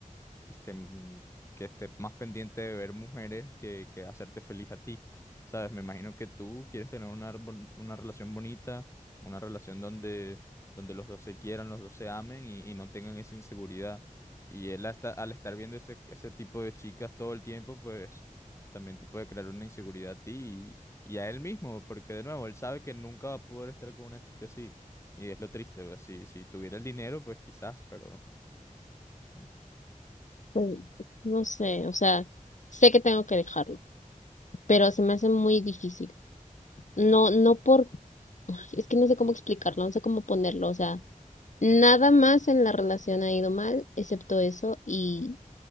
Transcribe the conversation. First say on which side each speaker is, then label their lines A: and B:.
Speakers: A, on the left (about 20°); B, on the left (about 60°).
A: que estén, que esté más pendiente de ver mujeres que, que hacerte feliz a ti. ¿Sabes? Me imagino que tú quieres tener una, bon- una relación bonita, una relación donde, donde los dos se quieran, los dos se amen y, y no tengan esa inseguridad. Y él hasta, al estar viendo ese, ese tipo de chicas todo el tiempo, pues también te puede crear una inseguridad a ti y, y a él mismo, porque de nuevo, él sabe que nunca va a poder estar con una chica así. Y es lo triste, pues, si, si tuviera el dinero, pues quizás, pero... mm.
B: Pues no sé, o sea, sé que tengo que dejarlo, pero se me hace muy difícil. No, no por, Ay, es que no sé cómo explicarlo, no sé cómo ponerlo, o sea, nada más en la relación ha ido mal, excepto eso, y,